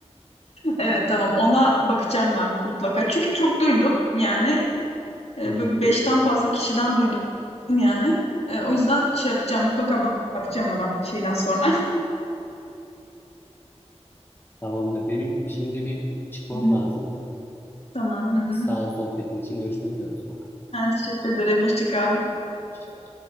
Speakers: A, on the left (about 65°); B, on the left (about 20°).
A: Evet tamam. Ona bakacağım ben mutlaka. Çünkü çok duydum yani. E,
B: Hı hı.
A: bu beşten fazla kişiden duydum yani. E, o yüzden şey yapacağım. Mutlaka bak- bakacağım ona ben şeyden sonra.
B: Tamamdır. Benim şimdi bir çıkmam
A: <laughs>
B: lazım.
A: Tamam. Hı hı.
B: Sağ ol sohbetin için. Görüşmek üzere sonra.
A: Ben teşekkür ederim. Hoşça kal.
B: Hoşça kal.